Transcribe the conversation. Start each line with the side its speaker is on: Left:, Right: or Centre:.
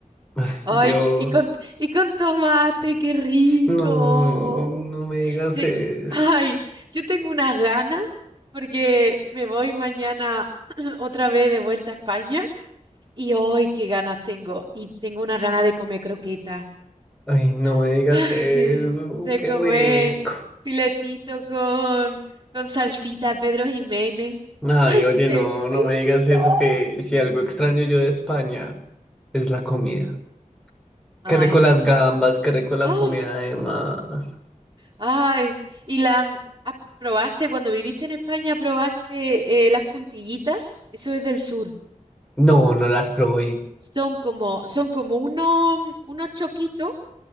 Centre: Ay,
Right: Ay,
Centre: Dios,
Right: qué- y con, y con tomate, qué rico.
Centre: no, no me digas
Right: Te-
Centre: eso.
Right: ay, yo tengo unas ganas porque me voy mañana <clears throat> otra vez de vuelta a España y hoy qué ganas tengo. Y tengo unas ganas de comer croqueta.
Centre: Ay, no me
Right: <laughs>
Centre: digas
Right: Ay,
Centre: eso,
Right: de
Centre: qué
Right: comer
Centre: rico.
Right: filetito con, con salsita Pedro Jiménez.
Centre: Ay,
Right: Ay,
Centre: oye,
Right: qué
Centre: no,
Right: bueno.
Centre: no me digas eso, que si algo extraño yo de España es la comida. Qué
Right: Ay.
Centre: rico las gambas, qué rico la
Right: Ay.
Centre: comida de mar.
Right: Ay, ¿y la mm, ah, probaste cuando viviste en España, probaste eh, las puntillitas? Eso es del sur.
Centre: No, no las probé.
Right: Son como, son como unos, unos choquitos